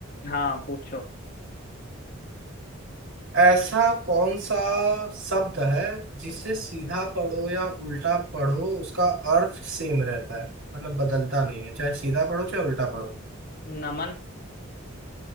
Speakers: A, on the left (about 45°); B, on the right (about 65°).
A: हाँ पूछो
B: ऐसा कौन सा शब्द है जिसे सीधा पढ़ो या उल्टा पढ़ो उसका अर्थ सेम रहता है मतलब बदलता नहीं है चाहे सीधा पढ़ो चाहे उल्टा पढ़ो
A: नमन